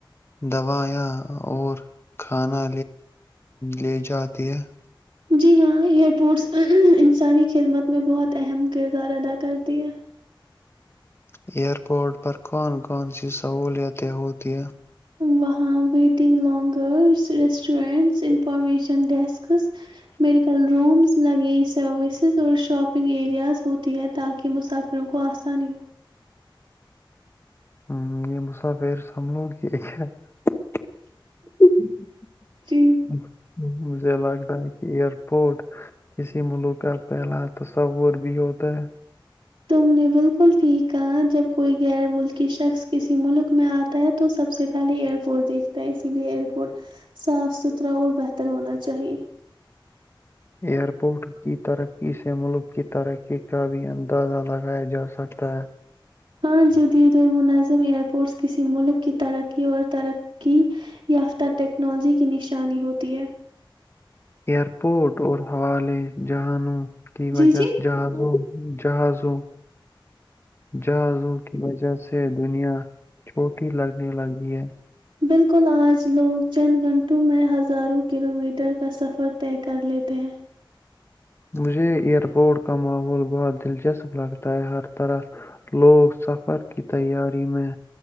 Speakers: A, on the left (about 30°); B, on the right (about 75°).
A: دوائیاں اور کھانا لے جاتے ہیں <unintelligible>
B: جی ہاں ایئرپورٹس انسانی خدمت میں بہت اہم کردار ادا کرتی ہے <unintelligible>
A: ایئرپورٹ پر کون کون سی سہولتیں ہوتی ہیں <unintelligible>
B: وہاں ویٹنگ لانگرگرس ریسٹورینٹس ان <unintelligible> information desks medical rooms luggage services <unintelligible> shopping areas ہوتی ہیں تاکہ مسافروں کو آسانی ہو <unintelligible>
A: ہ یہ مسا پیر سمبھ لوں کہ ایک <unintelligible>
B: جی
A: مجھے لگتا ہے کہ ایئرپورٹ <unintelligible> کسی ملوک کا پہلا تو سبور بھی ہوتا ہے <unintelligible>
B: تم نے بالکل ٹھیک کہا جب کوئی غیر ملکی شخص کسی ملک میں آتا ہے تو سب سے پہلے ایئرپورٹ دیکھتا ہے اسی لیے ایئر پورٹ صاف ستھرا اور بہتر ہونا چاہیے <unintelligible>
A: ایئرپورٹ کی ترقی سے ملک کی ترقی کا بھی اندازہ لگایا جا سکتا ہے <unintelligible>
B: ہاں جدید اور منظم ایئرپورٹس کسی ملک کی ترقی اور ترقی یافتہ ٹیکنالوجی کی نشانی ہوتی ہے <unintelligible>
A: ایئرپورٹ اور حوالے جہانوں <unintelligible> کی ب
B: جی
A: جس
B: جی
A: جہاز <unintelligible> جہازوں <unintelligible> جہاز کی وجہ سے <unintelligible> سے دنیا چھوٹی لگنے لگی ہے <unintelligible>
B: بالکل آج لوگ چند گھنٹوں میں ہزاروں کلو میٹر کا سفر طے کر لیتے ہیں <unintelligible>
A: مجھے ایئرپورٹ کا ماحول بہت دلچسپ لگتا ہے ہر طرح لوگ سفر کی تیاری میں